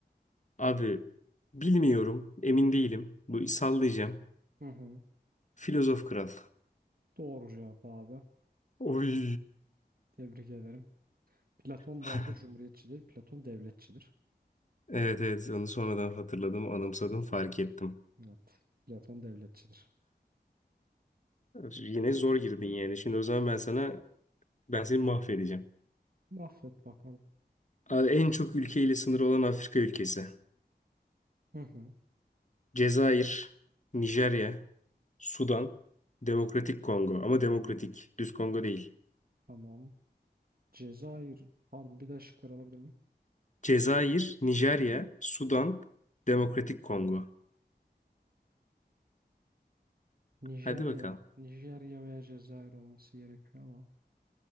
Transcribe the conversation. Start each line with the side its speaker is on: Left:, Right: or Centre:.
Left: Abi bilmiyorum. Emin değilim. Bu sallayacağım.
Right: Hı hı.
Left: Filozof kral.
Right: Doğru cevap abi.
Left: Oy.
Right: Tebrik ederim. Platon
Left: <laughs>
Right: bu arada cumhuriyetçi değil, Platon devletçidir.
Left: Evet evet onu sonradan hatırladım, anımsadım, fark ettim.
Right: Evet, Platon devletçidir.
Left: Yine zor girdin yani. Şimdi o zaman ben sana ben seni mahvedeceğim.
Right: Mahvet bakalım.
Left: Abi en çok ülkeyle sınırı olan Afrika ülkesi.
Right: Hı hı.
Left: Cezayir, Nijerya, Sudan, Demokratik Kongo. Ama demokratik, düz Kongo değil.
Right: Tamam. Cezayir. Pardon bir daha şıkları alabilir miyim?
Left: Cezayir, Nijerya, Sudan, Demokratik Kongo.
Right: Nijerya.
Left: Hadi bakalım.
Right: Nijerya veya Cezayir olması gerekiyor ama.